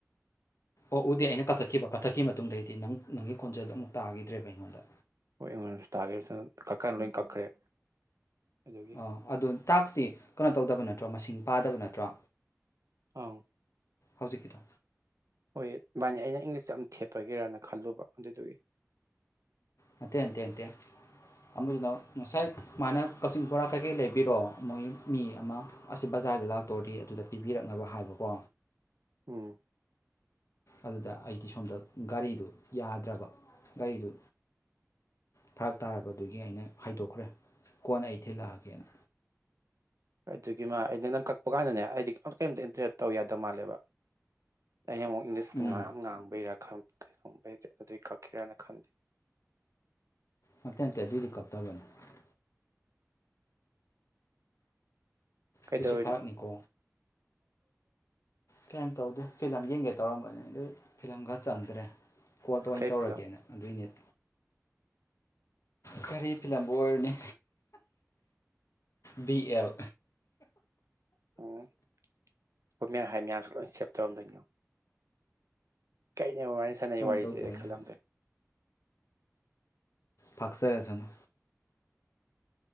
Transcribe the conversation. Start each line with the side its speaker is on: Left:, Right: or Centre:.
Left: ꯑꯣꯛꯎꯗꯦ ꯑꯩꯅ ꯀꯛꯊꯠꯈꯤꯕ ꯀꯛꯊꯠꯈꯤꯕ ꯃꯇꯨꯡꯗꯩꯗꯤ ꯅꯪ ꯅꯪꯒꯤ ꯈꯣꯟꯖꯦꯜꯗꯣ ꯑꯃꯨꯛ ꯇꯥꯒꯤꯗꯔ꯭ꯦꯕ ꯑꯩꯉꯣꯟꯗ
Right: ꯍꯣꯏ ꯑꯩꯉꯣꯟꯗꯁꯨ <unintelligible> ꯀꯛꯀꯥꯟ ꯂꯣꯏ ꯀꯛꯈ꯭ꯔꯦ ꯑꯗꯨꯒꯤ
Left: ꯑ ꯑꯗꯨ ꯇꯥꯛꯁꯇꯤ ꯀꯅꯣ ꯇꯧꯗꯕꯅꯠ ꯇ꯭ꯔꯣ ꯃꯁꯤꯡ ꯄꯥꯗꯕ ꯅꯠꯇ꯭ꯔꯣ
Right: ꯑꯪ
Left: ꯍꯧꯖꯤꯛꯀꯤꯗꯣ
Right: ꯍꯣꯏ ꯃꯥꯅꯤ ꯑꯩꯅ ꯏꯪꯂꯤꯁ ꯌꯥꯝ ꯊꯦꯠꯄꯒꯤꯔꯅ ꯈꯜꯂꯨꯕ ꯑꯗꯨꯗꯨꯒꯤ
Left: ꯅꯠꯇꯦ ꯅꯠꯇꯦ ꯅꯠꯇꯦ ꯑꯃꯗꯨꯅ ꯉꯁꯥꯏ ꯃꯥꯅ ꯀꯛꯆꯤꯡ ꯕꯣꯔꯥ ꯀꯩꯀꯩ ꯂꯩꯕꯤꯔꯣ ꯃꯣꯏ ꯃꯤ ꯑꯃ ꯑꯁꯤ ꯕꯖꯥꯔꯗ ꯂꯥꯛꯇꯣꯔꯗꯤ ꯑꯗꯨꯗ ꯄꯤꯕꯤꯔꯛꯅꯕ ꯍꯥꯏꯕꯀꯣ
Right: ꯎꯝ
Left: ꯑꯗꯨꯗ ꯑꯩꯗꯤ ꯁꯣꯝꯗ ꯒꯥꯔꯤꯗꯨ ꯌꯥꯗ꯭ꯔꯕ ꯒꯥꯔꯤꯗꯨ ꯐꯔꯛ ꯇꯥꯔꯕꯗꯨꯒꯤ ꯑꯩꯅ ꯍꯥꯏꯗꯣꯛꯈ꯭ꯔꯦ ꯀꯣꯟꯅ ꯑꯩ ꯊꯤꯜꯂꯛꯑꯒꯦꯅ
Right: ꯑꯗꯨꯒꯤ ꯃꯥ ꯑꯩꯅ ꯅꯪ ꯀꯛꯄ ꯀꯥꯟꯗꯅꯦ ꯑꯩꯗꯤ ꯑꯝ ꯀꯩꯝꯇ ꯏꯟꯇꯔꯦꯠ ꯇꯧ ꯌꯥꯗ ꯃꯥꯜꯂꯦꯕ ꯑꯩꯅ ꯑꯃꯨꯛ ꯏꯪꯂꯤꯁꯇ
Left: ꯎꯝ
Right: ꯉꯥ ꯌꯥꯝ ꯉꯥꯡꯕꯩꯔ <unintelligible> ꯈꯪꯕꯩꯗꯤ ꯑꯗꯨꯏ ꯀꯛꯈꯤꯔꯅ ꯈꯟꯗꯦ
Left: ꯅꯠꯇꯦ ꯅꯠꯇꯦ ꯑꯗꯨꯏꯗꯤ ꯀꯛꯇꯕꯅꯤ
Right: ꯀꯩꯗꯧꯔꯤꯅꯣ
Left: ꯁꯤꯁꯨ ꯐꯥꯔꯛꯅꯤꯀꯣ ꯀꯩꯏꯝ ꯇꯧꯗꯦ ꯐꯤꯂꯝ ꯌꯦꯡꯒꯦ ꯇꯧꯔꯝꯕꯅꯤ ꯑꯗꯩ ꯐꯤꯂꯝꯒ ꯆꯪꯗ꯭ꯔꯦ ꯀꯣꯜ ꯇꯣꯏ
Right: ꯀꯩ
Left: ꯇꯧꯔꯒꯦꯅ
Right: ꯐꯤꯂꯝ
Left: ꯑꯗꯨꯏꯅꯤꯠ ꯀꯔꯤ ꯐꯤꯂꯝꯕꯨ ꯑꯣꯏꯔꯨꯅꯤ ꯕꯤ ꯑꯦꯜ
Right: ꯑꯣ <unintelligible> ꯍꯥꯥꯏ ꯃꯌꯥꯝꯁꯨ ꯂꯣꯏ ꯁꯦꯞ ꯇꯧꯔꯝꯗꯣꯏꯅꯤ ꯌꯣ ꯀꯩ ꯃꯕꯥꯅꯤ ꯁꯥꯟꯅ
Left: ꯇꯧꯅ
Right: ꯋꯥꯔꯤꯁꯦ
Left: ꯇꯧꯖꯔꯅꯤ
Right: ꯈꯜꯂꯝꯗꯣꯏ
Left: ꯐꯥꯥꯛꯆꯔꯖꯅꯨ